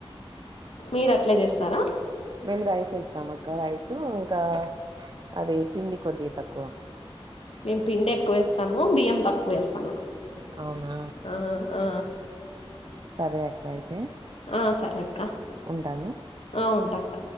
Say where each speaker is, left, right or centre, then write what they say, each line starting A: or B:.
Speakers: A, on the left; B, on the right.
A: మీరు అట్లే చేస్తారా
B: మేము రైస్ ఎస్తాం అక్క రైస్ ఇంకా అది పిండి కొద్దిగా తక్కువ
A: మేము పిండి ఎక్కువ వేస్తాము బియ్యం తక్కువ వేస్తాను
B: అవునా
A: ఆ ఆ
B: సరే అక్క అయితే
A: ఆ సరే అక్క
B: ఉంటాను
A: ఆ ఉంటక్క